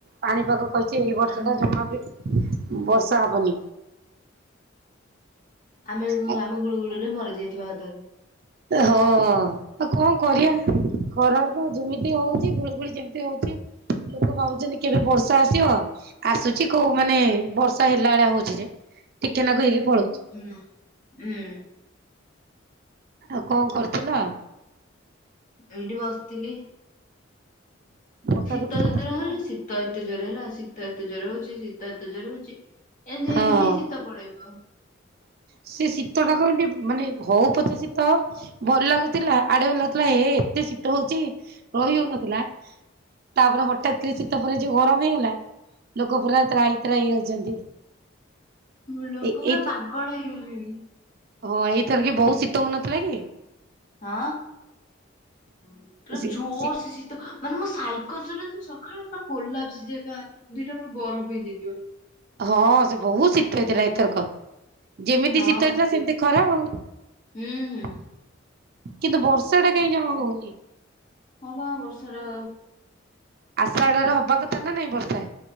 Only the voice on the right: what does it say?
ପାଣିପାଗ କହିଛି ଏଇ ବର୍ଷ
ଟା ଜମା ବି ବର୍ଷା ହବନି।
ହଁ
ହଁ ଆ କଣ କରିଆ ଖରା ତ ଯେମିତି ହଉଛି ଗୁଳୁଗୁଳି ଯେମିତି ହଉଛି ଲୋକ ଭାବୁଛନ୍ତି କେବେ ବର୍ଷା ଆସିବ ଆସୁଛି କୋଉ ମାନେ ବର୍ଷା ହେଲା ଭଳିଆ ହଉଛି ଯେ ଟିକେ ନାକୁ ହେଇକି ପଳଉଛି।
ଆଉ କଣ କରୁଥିଲ?
ବର୍ଷା
ଦେଖୁଛ
ବସିକି
ନା।
ହଁ
ସେ ଶୀତ ଟା କ ଏତି ମାନେ ହଉ ପଛେ ଶୀତ ଭଲ ଲାଗୁଥିଲା ଆଡେ ଭଲ ଲାଗୁଥିଲା ହେ ଏତେ ଶୀତ ହଉଛି ରହି ହଉନଥିଲା। ତାପରେ ହଠାାତ କରି ଶୀତ ପ ଯୋଉ ଗରମ ହେଇଗଲା ଲୋକ ପୁରା ତ୍ରାଇ ତ୍ରାଇ ହଉଛନ୍ତି।
ଏଇ
ଏଇ
ହଁ ଏଇଥର କି ବୋଉ ଶୀତ ହଉନଥିଲା କି?
ଶୀ
ଶୀ
ହଁ ସେ ବହୁତ ଶୀତ ହେଇଥିଲା ଏଥରକ ଯେମିତି
ଶୀତ ହେଇଥିଲା ସେମିତି ଖରାପ ହଉ
କିନ୍ତୁ ବର୍ଷା ଟା କାଇହିଁ ଜମା ହଉନି।
ଆଷାଢରେ ହବା କଥା ନା ନାଇଁ ବର୍ଷା।